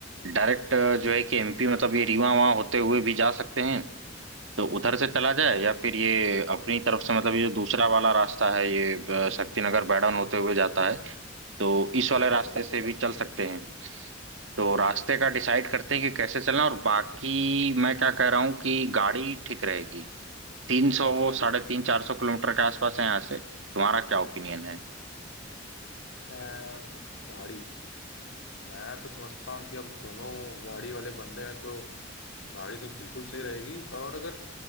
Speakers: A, on the right; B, on the left.
A: डायरेक्ट जो है कि एमपी मतलब ये रीवा वहाँ होते हुए भी जा सकते हैं तो उधर से चला जाए या फिर ये अपनी तरफ से मतलब ये जो दूसरा वाला रास्ता है ये अ, शक्तिनगर बैडन
B: हम्म
A: होते हुए
B: हम्म।
A: जाता है तो इस
B: अच्छा
A: वाले
B: अच्छा
A: रास्ते से भी चल सकते हैं तो रास्ते का डिसाइड करते हैं कि कैसे चलना और बाकी मैं क्या कह रहा हूँ कि गाड़ी ठीक रहेगी तीन सौ साढ़े तीन चार सौ किलोमीटर के आसपास है यहाँ से तुम्हारा क्या ओपिनियन है
B: अम, गाड़ी मैं तो समझता हूँ कि अब दोनों गाड़ी वाले बंदे हैं तो गाड़ी तो बिल्कुल सही रहेगी और अगर